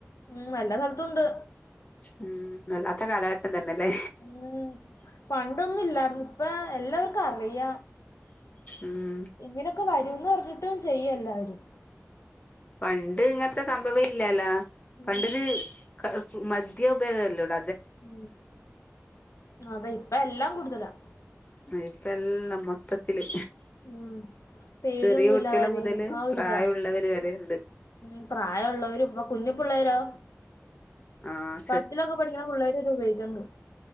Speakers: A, on the left (about 85°); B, on the left (about 30°).
A: ഉം എല്ലാ സ്ഥലത്തും ഉണ്ട്
B: ഉം വല്ലാത്ത കാലഘട്ടം തന്നല്ലേ
A: ഉം പണ്ടൊന്നും ഇല്ലർന്നു ഇപ്പ എല്ലാവർക്കും അറിയ
B: ഉം
A: ഇങ്ങനെക്കെ വരൂന്ന് പറഞ്ഞിട്ടും ചെയ്യല്ലാരും
B: പണ്ട് ഇങ്ങൻത്തെ സംഭവ ഇല്ലാല്ല പണ്ടത്
A: ഉം
B: ക മദ്യം ഉപയോഗല്ലോട
A: ഉം അതെ ഇപ്പ എല്ലാം കൂടുതലാ
B: മ ഇപ്പല്ലാം മ ത്തത്തില്
A: ഉം പേടിയൊന്നും
B: ചെറിയ കുട്ടിള്
A: ഇല്ല ആരെയും
B: മുതല്
A: ആ ഒരിതാ
B: പ്രായവുള്ളവര് വരെണ്ട്
A: ഉം പ്രായള്ളവരും ഇപ്പോ കുഞ്ഞിപ്പിള്ളേരോ
B: ആഹ്
A: പത്തിലൊക്കെ പഠിക്കണ പുള്ളേര് വരെ ഉപയോഗിക്കുന്നുണ്ട്